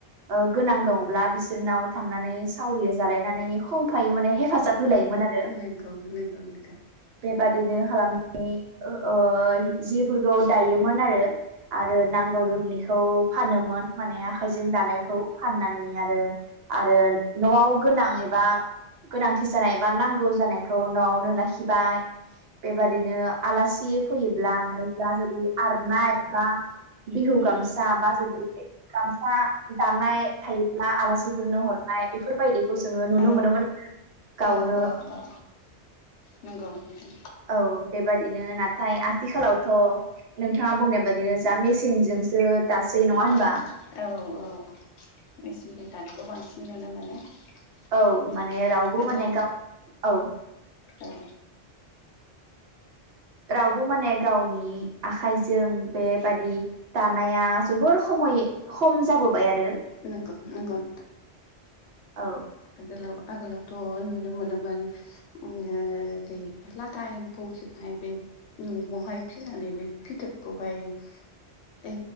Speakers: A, on the right; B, on the left.
A: ओ गोनां दंब्ला बिसोरनाव थांनानै सावरि जालायनानै खोंफायो माने हेफाजाब होलायोमोन
B: नंगौ
A: आरो
B: नंगौ नोंथां।
A: बेबादिनो खालामनानि ओ हि जिफोरखौ दायोमोन आरो। आरो नांगौ रोखोमनिखौ फानोमोन माने आखाइजों दानायखौ फाननानै आरो आरो न'आव गोनां एबा गोनांथि जानाय बा नांगौ जानायखौ न'आवनो लाखिबाय बेबादिनो आलास सि फैयोब्ला माने जा जुदि आरनाय बा बिहु गामसा बा जुदि गामसा दानाय थायोब्ला आलासिफोरनो हरनाय बेफोरबायदिखौ जोङो नुनो
B: औ
A: मोनोमोन। गावनो
B: औ औ औ नोंगौ नोंथां।
A: औ बेबादिनो नाथाय आथिखालावथ' नोंथाङा बुंनाय बादिनो जा मेसिनजोंसो दासै नङा
B: नोंथां
A: होनबा
B: औ औ मेचिनजों दानायखौ बांसिन नुनो मोनो।
A: औ
B: उम
A: माने रावबो
B: गोदोनि
A: माने गाव औ
B: औ।
A: रावबो माने गावनि आखाइजों बेबादि दानाया जोबोर खमय खम जाबोबाय आरो।
B: नोंगौ नोंगौ नोंथा
A: औ
B: आगोलाव आगोलावथ' नुनो मोनोमोन <unintelligible> दे लाथा एम्फौ जोंहाय बै न'आवहाय फिनानै बे फिथोबखौहाय ए